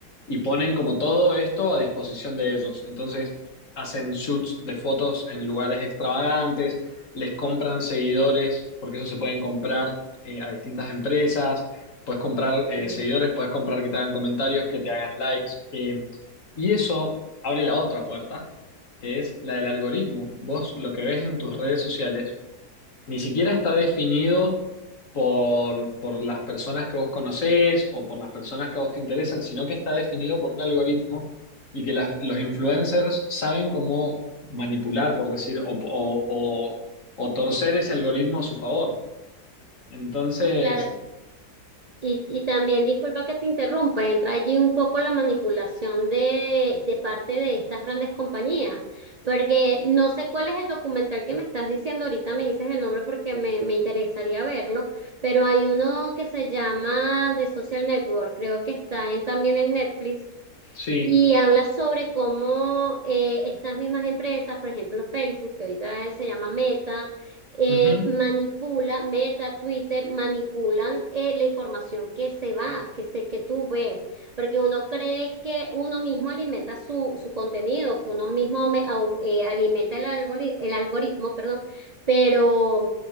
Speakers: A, on the left (about 55°); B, on the right (about 50°).
A: y ponen como todo esto a disposición de ellos. Entonces hacen shoots de fotos en lugares extravagantes, les compran seguidores, porque eso se pueden comprar eh, a distintas empresas, puedes comprar
B: Sí.
A: eh, seguidores, puedes comprar que te hagan comentarios, que te hagan likes. eh, y eso abre la otra puerta que es la del algoritmo. Vos lo que ves en tus redes sociales ni siquiera está definido por, por las personas que vos conocés o por las personas que a vos te interesan, sino que está definido por un algoritmo y que las- los influencers saben cómo manipular, por decir, o, o- o- o torcer ese algoritmo a su favor. Entonces,
B: Claro, Y, y también, disculpa que te interrumpa, entra allí un poco la manipulación de, de parte de estas grandes compañías, porque no sé cuál es el documental que me estás diciendo, ahorita me dices el nombre porque me, me interesaría verlo, pero hay uno que se llama The Social Network, creo que está en, también en Netflix,
A: sí,
B: y habla sobre cómo eh, estas mismas empresas, por ejemplo Facebook, que ahorita se llama Meta, eh,
A: ujú,
B: manipula, Meta, Twitter, manipulan eh, la información que se va, que se, que tú ves, porque uno cree que uno mismo alimenta su, su contenido, que uno mismo me- au- eh, alimenta el algori- el algoritmo, perdón, pero